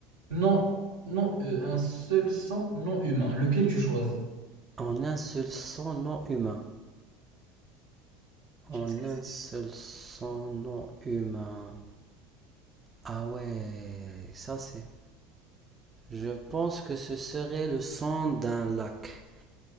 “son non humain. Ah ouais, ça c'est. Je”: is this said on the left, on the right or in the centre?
Right